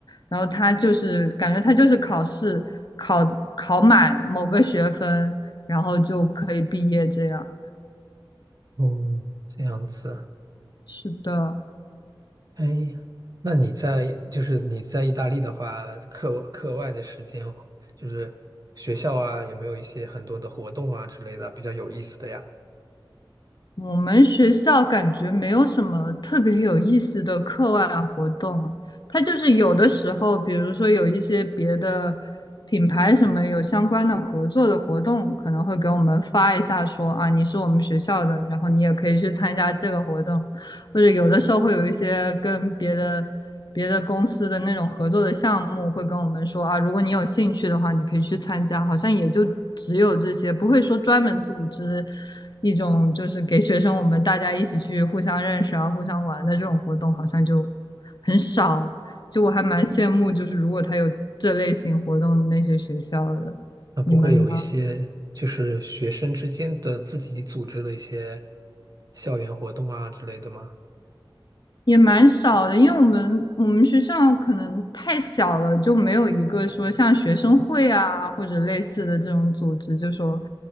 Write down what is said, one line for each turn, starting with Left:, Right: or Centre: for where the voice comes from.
Left: 然后他就是感觉他就是考试考考满某个学分，然后就可以毕业这样。
Right: 嗯，这样子。
Left: 是的，
Right: 哎，那你在就是你在意大利的话，课课外的时间就是学校啊，有没有一些很多的活动啊之类的比较有意思的呀？
Left: 我们学校感觉没有什么特别有意思的课外活动啊，它就是有的时候，比如说有一些别的品牌什么有相关的合作的活动，可能会给我们发一下说啊，你是我们学校的，然后你也可以去参加这个活动，或者有的时候会有一些跟别的。别的公司的那种合作的项目，会跟我们说啊，如果你有兴趣的话，你可以去参加。好像也就只有这些，不会说专门组织一种就是给学生我们大家一起去互相认识啊、互相玩的这种活动，好像就很少。就我还蛮羡慕，就是如果他有这类型活动的那些学校的，
Right: 那不会有一些就是学生之间的自己组织的一些
Left: 你们
Right: 校园活动啊之类的吗？
Left: 也蛮少的，因为我们我们学校可能太小了，就没有一个说像学生会啊或者类似的这种组织，就说